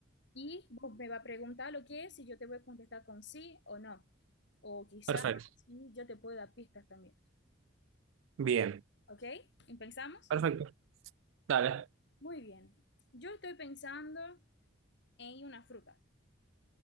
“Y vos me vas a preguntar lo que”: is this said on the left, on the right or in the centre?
Left